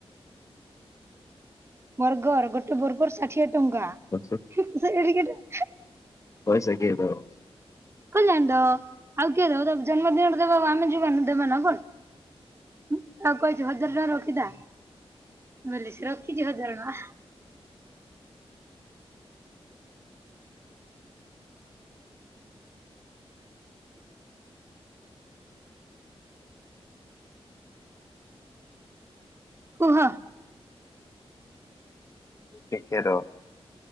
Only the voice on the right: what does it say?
ବର୍ଗର ଗୋଟେ ବର୍ଗର ଷାଠିଏ ଟଙ୍କା।
<unintelligible>
<unintelligible> ଆଉ କିଏ ଦବ ଜନ୍ମଦିନରେ ଦେବା ଆମେ ଯିବାନ ଦେବା ନା କଣ? ଆଉ କହିଚୁ ହଜାର ଟଙ୍କା ରଖିଥା। ବେଲେ ସେ ରଖିଚି ହଜାର ଟଙ୍କା। କୁହ?